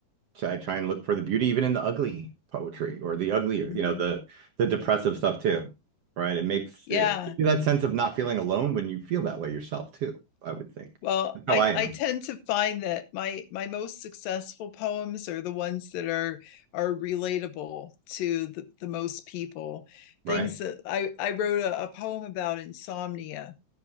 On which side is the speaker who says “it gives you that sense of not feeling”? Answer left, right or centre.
Right